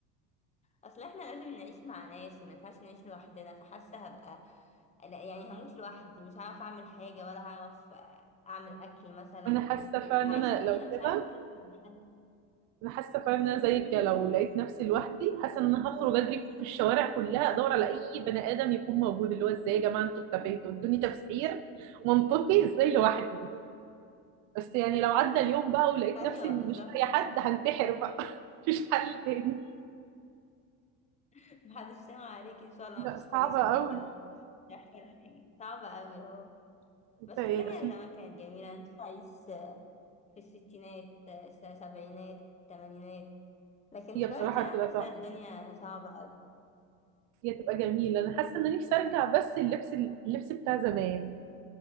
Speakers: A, on the left; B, on the right.
A: أصل احنا لازم نعيش مع ناس ما ينفعش نعيش لوحدنا فحاسة هبقى لا يعني هموت لوحدي مش هعرف اعمل حاجة ولا هعرف اعمل اكل مثلا
B: وانا <laughs> حاسة فعلا
A: هعيش
B: ان انا
A: وحيدة
B: لو
A: مش
B: كده
A: هعرف اتكلم مع حد
B: انا حاسه فعلا ان انا زيك لو
A: مم.
B: لقيت نفسي لوحدي حاسه ان انا هخرج اجري في الشوارع كلها ادور على اي بني ادم يكون موجود اللي هو ازاي يا جماعه انتوا اختفيتوا ادوني تفسير منطقي ازاي لوحدي بس يعني لو عدى اليوم بقى ولقيت
A: ايوه
B: نفسي إن
A: بالظبط
B: مش لاقيه حد هنتحر بقى <laughs> مفيش حل تاني
A: <laughs> محدش سامع عليك ان شاء الله
B: لا
A: مفيش حاجة
B: صعبه
A: اسمها
B: قوي
A: كده مش عارفة ولا حاجة صعبة اوي اهو
B: انت
A: بس
B: ايه
A: الدنيا
B: أصل
A: زمان كانت جميلة انا نفسي اعيش في الستينات السبعينات الثمانينات لكن
B: هي
A: دلوقتي
B: بصراحه
A: انا
B: بتبقى
A: حاسة
B: تحفه
A: الدنيا صعبة
B: هي تبقى جميله انا حاسه ان انا نفسي ارجع بس اللبس اللبس بتاع زمان